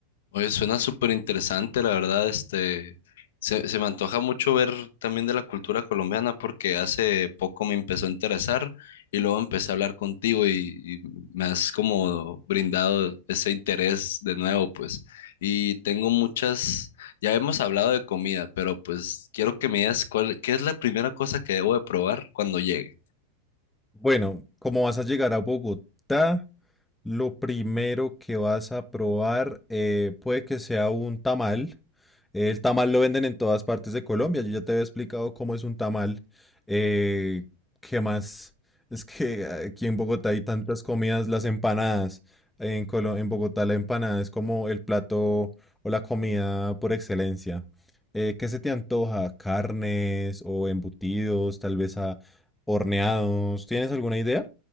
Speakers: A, on the left; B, in the centre.
A: Oye, suena súper interesante, la verdad, este, se, se me antoja mucho ver también de la cultura colombiana porque hace poco me empezó a interesar y luego empecé a hablar contigo y, y me has como brindado ese interés de nuevo, pues, y tengo muchas, ya hemos hablado de comida, pero pues quiero que me digas cuál, qué es la primera cosa que debo de probar cuando llegue.
B: Bueno, como vas a llegar a Bogotá, Lo primero que vas a probar eh, puede que sea un tamal. El tamal lo venden en todas partes de Colombia. Yo ya te había explicado cómo es un tamal. Eh, ¿qué más? Es que aquí en Bogotá hay tantas comidas, las empanadas. En Colo- en Bogotá la empanada es como el plato o la comida por excelencia. Eh, ¿qué se te antoja? ¿Carnes o embutidos, tal vez a horneados? ¿Tienes alguna idea?